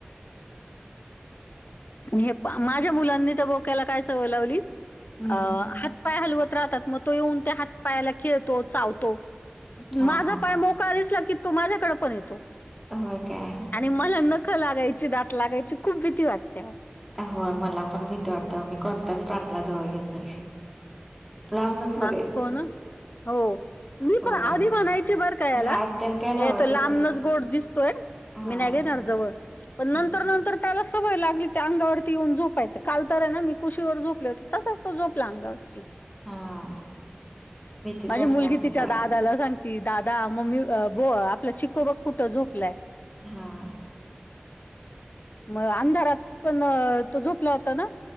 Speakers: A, on the left; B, in the centre.
A: हे पहा माझ्या मुलांनी तर बोकायला काय सवय लावली
B: हम्म
A: अ पाय हलवत राहतात मग तो येऊन त्या हात पायाला खेळतो चावतो.
B: हा
A: माझा
B: हा
A: मोकळा दिसला की तो माझ्याकडे पण येतो.
B: होय काय.
A: आणि मला नखं लागायची, दात लागायची खूप भीती वाटत्या.
B: होय मला पण भीती वाटत्या, मी कोणत्याच प्राण्याला जवळ घेत नाही. लांबनच बघायचं.
A: हां, हो ना. हो मी
B: होय
A: पण आधी म्हणायची बरं का याला,
B: हात
A: ते
B: त्यानं काय लावतच
A: तो लांबनच
B: नाही मी
A: गोड दिसतोय.
B: हा
A: मी नाही घेणार जवळ. पण नंतर
B: हम्म,
A: नंतर त्याला सवय लागली, त्या अंगावरती येऊन झोपायचं. काल तर आहे ना, मी कुशीवर झोपले होते. तसाच तो झोपला अंगावरती.
B: हां भीतीच
A: माझी
B: वाटत्या
A: मुलगी
B: मलातर.
A: तिच्या दादाला सांगती, दादा मम्मी <unintelligible> आपलं चिको बग कुठं झोपलाय?
B: हा.
A: मग अंधारात पण तो झोपला होता ना,